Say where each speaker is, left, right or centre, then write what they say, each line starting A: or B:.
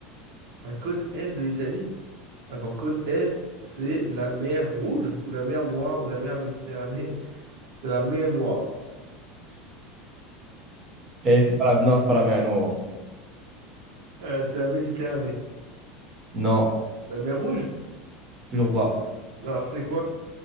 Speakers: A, on the right (about 75°); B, on the right (about 25°).
A: La côte est de l'Italie? Attends, côte est, c'est la mer Rouge ou la mer Noire ou la mer Méditerranée? <laughs> C'est la mer Noire.
B: Et c'est pas la... Non, c'est pas la mer, non.
A: Euh, c'est la Méditerranée.
B: Non,
A: La mer Rouge?
B: toujours pas.
A: Bah alors c'est quoi?